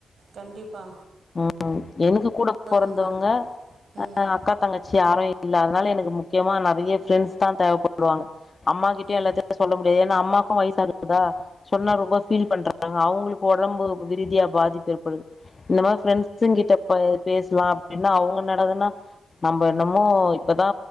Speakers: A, on the right; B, on the left.
A: கண்டிப்பா
B: ம் எனக்கு கூட பொறந்தவங்க
A: உண்மை ம்
B: அ அக்கா தங்கச்சி யாரு இல்ல அதனால எனக்கு முக்கியமா நெறையா ஃப்ரெண்ட்ஸ் தா தேவப்படுவாங்க அம்மாகிட்டயு
A: ம்
B: எல்லாத்தையு சொல்ல முடியாது ஏனா அம்மா எனக்கோ வயுசாகுதா சொன்னா ரொம்ப ஃபீல் பண்றாங்க அவுங்குளுக்கு ஒடம்பு ரீதியா பாதிப்பு ஏற்படுது இந்த மாரி ஃப்ரெண்ட்ஸுங் கிட்ட பேசுலா அப்டின்னா அவுங்க நடதுன்னா நம்ம என்னமோ இப்பதா